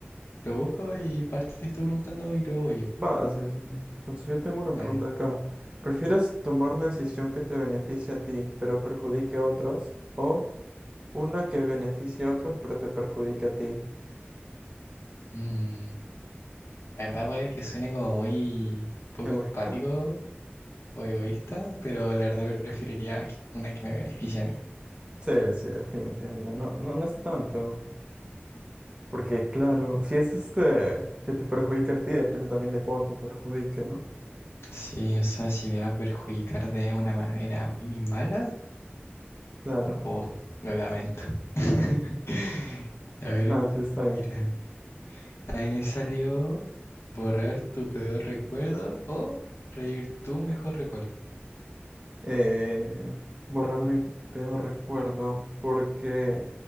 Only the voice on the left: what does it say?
lo busco y parte te estoy preguntando y luego voy yo.
Dale.
Mm, la verdad puede que suene como muy poco
empático o egoísta, pero la verdad preferiría que- una que me beneficie a mí.
Sí, o sea, si me va a perjudicar de una manera muy mala,
Oh, lo lamento. <laughs> A ver,
mira. Ahí me salió borrar tu peor recuerdo o revivir tu mejor recuerdo.